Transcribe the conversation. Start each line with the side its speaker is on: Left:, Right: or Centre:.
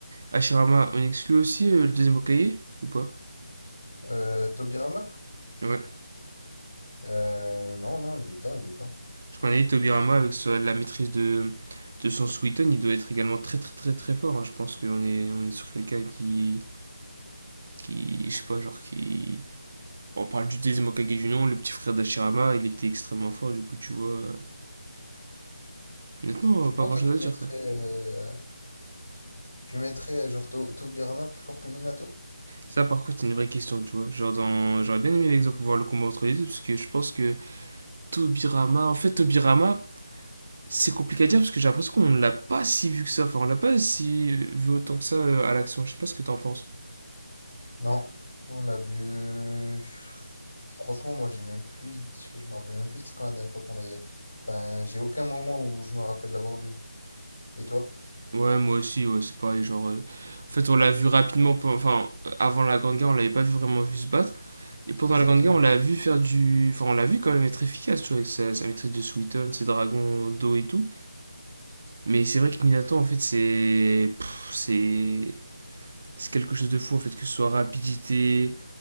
Right: Hashirama, on exclut aussi euh, le deuxième Hokage Ou pas
Left: Euh, Tobirama?
Right: Ouais.
Left: Euh, non, non, il est dedans, il est dedans.
Right: Je connais Tobirama avec sa- la maîtrise de, de son Sweeton, il doit être également très très très très fort. hein. Je pense qu'on est, on est sur quelqu'un qui, qui, je sais pas, genre qui... On parle du deuxième Hokage du nom, le petit frère d'Ashirama, il était extrêmement fort, du coup tu vois... euh, Honnêtement,
Left: Tu
Right: euh, pas
Left: penses,
Right: grand
Left: toi,
Right: chose
Left: tu
Right: à
Left: mettrais
Right: dire quoi.
Left: euh, Tu mettrais genre To- Tobirama plus fort que Minato?
Right: Ça par contre c'est une vraie question, tu vois. Genre dans... J'aurais bien aimé l'exemple pour voir le combat entre les deux, parce que je pense que Tobirama... En fait Tobirama, c'est compliqué à dire, parce que j'ai l'impression qu'on l'a pas si vu que ça, enfin on l'a pas si vu autant que ça euh, à l'action. Je sais pas ce que t'en penses.
Left: Non, on l'a vu. Franchement, moi j'ai même plus. Je me rappelle même plus c'était quand la dernière fois qu'on l'a. Ben, j'ai aucun moment où je me rappelle l'avoir vu. Et toi?
Right: Ouais, moi aussi, ouais, c'est pareil. Genre, euh, en fait, on l'a vu rapidement. pe- Enfin, euh, avant la Grande Guerre, on l'avait pas vu vraiment vu se battre. Et pendant
Left: Exactement.
Right: la Grande Guerre, on l'a vu faire du. Enfin, on l'a vu quand même être efficace, tu vois, avec sa, sa maîtrise de Suiton, ses dragons d'eau et tout. Mais c'est vrai que Minato, en fait, c'est. pff, C'est. C'est quelque chose de fou, en fait, que ce soit rapidité,